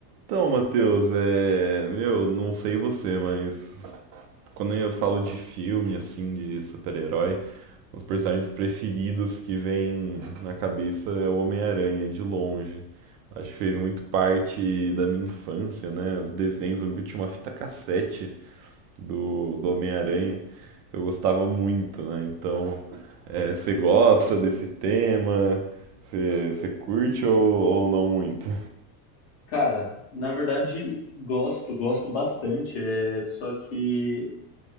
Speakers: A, on the right; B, on the left.
A: Então, Matheus, é. Meu, não sei você, mas quando eu falo de filme, assim, de super-herói, os personagens preferidos que vem na cabeça é o Homem-Aranha, de longe. Acho que fez muito parte da minha infância, né? Os desenhos, eu lembro que eu tinha uma fita cassete do, do Homem-Aranha, que eu gostava muito, né? Então, é, você gosta desse tema? Você você curte ou, ou não muito?
B: Cara, na verdade, gosto, gosto bastante. É, só que